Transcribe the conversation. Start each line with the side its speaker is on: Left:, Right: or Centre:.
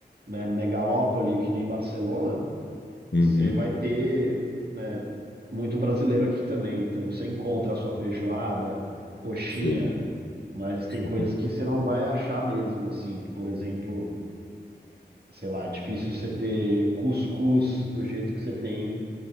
Right: né, megalópole, que nem Barcelona
Left: uhum,
Right: você vai ter, né, muito brasileiro aqui também. Então você encontra a sua feijoada, coxinha,
Left: sei.
Right: mas tem
Left: <laughs>
Right: coisas que você não vai achar mesmo, assim. Por exemplo, sei lá, é difícil você ter cuscuz do jeito que você tem